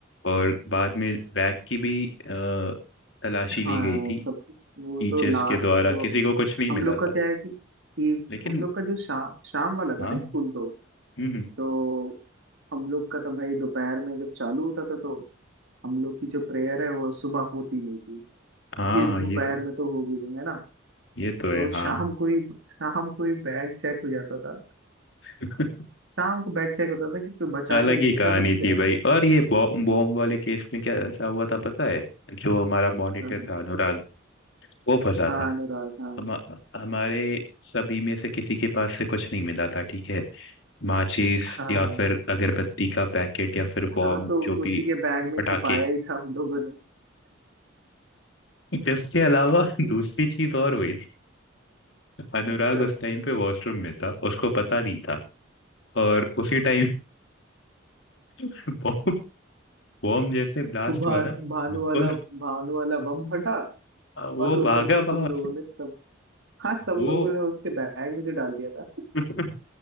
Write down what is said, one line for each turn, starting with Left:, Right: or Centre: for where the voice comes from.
Left: और बाद में बैग की भी अ, तलाशी ली
Right: हाँ
Left: गई थी
Right: सब वो
Left: टीचर्स
Right: तो लास्ट
Left: के द्वारा
Right: में जब
Left: किसी को कुछ नहीं
Right: हम
Left: मिला
Right: लोग
Left: था
Right: का क्या है कि, कि
Left: लेकिन
Right: हम लोग का जो शाम शाम वाला था
Left: हाँ
Right: ना
Left: हम्म
Right: स्कूल तो
Left: हम्म,
Right: तो हम लोग का तो भाई दोपहर में जब चालू होता था तो हम लोग की जो प्रेयर है वो सुबह होती नहीं थी क्योंकि
Left: <laughs> हाँ
Right: दोपहर
Left: ये तो
Right: में तो होगी नहीं है ना
Left: ये तो
Right: तो
Left: है हाँ
Right: शाम को ही शाम को ही बैग चेक हो जाता था
Left: <laughs>
Right: शाम को बैग चेक होता था कि कोई बचा
Left: अलग
Right: के
Left: ही
Right: लेकर
Left: कहानी
Right: तो नहीं
Left: थी
Right: जा रहा
Left: भाई
Right: है
Left: और ये बॉम्ब बॉम्ब वाले केस में क्या क्या हुआ था पता है जो हमारा मॉनिटर
Right: हाँ हाँ
Left: था अनुराग वो फंसा
Right: हाँ,
Left: था
Right: अनुराग हाँ
Left: हम हमारे सभी में से किसी के पास से कुछ नहीं मिला था ठीक है माचिस
Right: हाँ
Left: या
Right: हाँ
Left: फिर अगरबत्ती का पैकेट या फिर बॉम्ब
Right: हाँ तो
Left: जो भी
Right: उसी के बैग में
Left: पटाखे
Right: छिपाया ही था हम लोगों ने
Left: इसके अलावा <laughs>
Right: जी
Left: दूसरी चीज और हुई थी अनुराग
Right: अच्छा
Left: उस टाइम पे वॉशरूम में था उसको पता नहीं था और उसी टाइम <laughs> बॉम्ब बॉम्ब जैसे ब्लास्ट
Right: वो भा,
Left: हुआ ना
Right: भानु वाला
Left: उस
Right: भानु वाला बम फटा
Left: वो
Right: और ऊपर
Left: भागा
Right: से तुम
Left: बाहर
Right: लोगों ने सब हाँ सब
Left: वो
Right: लोगों ने उसके बैग में जो डाल दिया था
Left: <laughs>